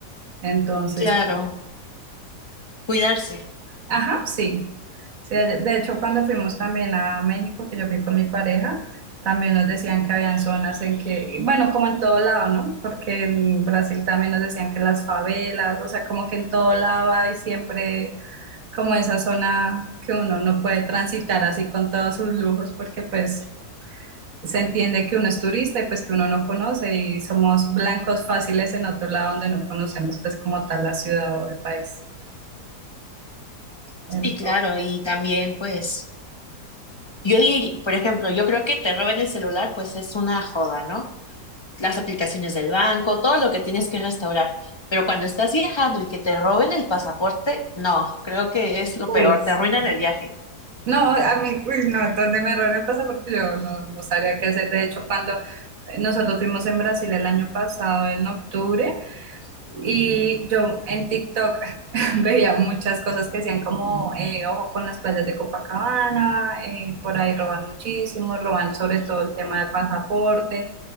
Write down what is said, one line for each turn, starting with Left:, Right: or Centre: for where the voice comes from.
Right: Entonces,
Left: Claro,
Right: sí.
Left: cuidarse.
Right: ajá, sí. Sí, de de hecho, cuando fuimos también a México, que yo fui con mi pareja, también nos decían que habían zonas en que, bueno, como en todo lado, ¿no? Porque en Brasil también nos decían que las favelas, o sea, como que en todo lado hay siempre como esa zona que uno no puede transitar así con todos sus lujos, porque pues se entiende que uno es turista y pues que uno no conoce y somos blancos fáciles en otro lado donde no conocemos pues como tal la ciudad o el país. Entonces,
Left: Sí, claro, y también pues... Yo, di- por ejemplo, yo creo que te roben el celular, pues es una joda, ¿no? Las aplicaciones del banco, todo lo que tienes que restaurar. Pero cuando estás viajando y que te roben el pasaporte, no, creo que es lo
Right: Uy,
Left: peor, te arruinan
Right: sí.
Left: el viaje.
Right: No, a mí, uy, no, donde me roben el pasaporte yo no, no sabría qué hacer. De hecho, cuando eh, nosotros fuimos en Brasil el año pasado, en octubre, y yo en TikTok <laughs> veía muchas cosas que hacían como eh, ojo con las playas de Copacabana, eh, por ahí roban muchísimo, roban sobre todo el tema del pasaporte.